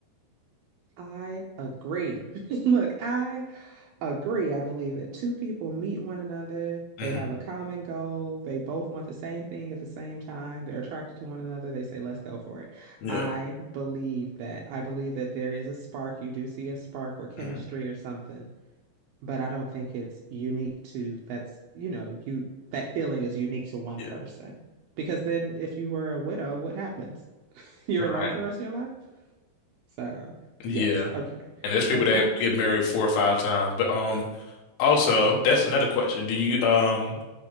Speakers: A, on the right; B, on the left.
A: I agree. <laughs> Look, I agree. I believe that two people meet one another,
B: hmm
A: they have a common goal, they both want the same thing at the same time, they're attracted to one another, they say, let's go for it.
B: Yeah.
A: I believe that. I believe that there is a spark. You do see a spark or chemistry
B: hmm
A: or something, but I don't think it's unique to that's, you know, you that feeling is unique to one
B: Yeah.
A: person. Because then if you were a widow, what happens? <laughs> You're
B: right.
A: alone for the rest of your life? So,
B: Yeah.
A: yes, okay.
B: And there's people
A: But
B: that
A: back
B: get married four or five times. But um also that's another question. Do you um